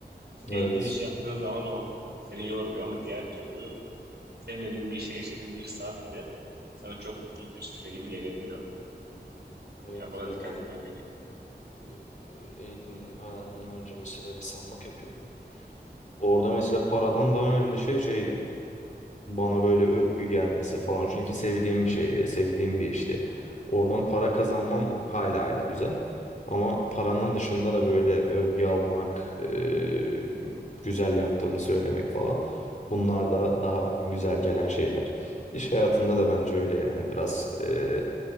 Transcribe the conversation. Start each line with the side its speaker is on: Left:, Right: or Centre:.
Right: Sevdiğin
Left: Evet.
Right: işi yaptığın zaman o seni yormuyor ama diğer türlü sevmediğin bir işe geçirdiğin bir saat bile insana çok uzun bir süre gibi gelebiliyor.
Left: Evet
Right: Yani buna
Left: ya
Right: dikkat
Left: ben
Right: etmen gerekiyor.
Left: e, eğitim hayatımdan önce mesela ressamlık yapıyordum. Orada mesela paradan daha önemli şey şeydi. bana böyle övgü gelmesi falan. Çünkü sevdiğim bir şeydi, sevdiğim bir işti. Oradan para kazanmam hayli hayli güzel. Ama paranın dışında da böyle övgü almak, eee, güzel yaptığını söylemek falan. Bunlar da daha güzel gelen şeyler. İş hayatında da bence öyle yani biraz eee,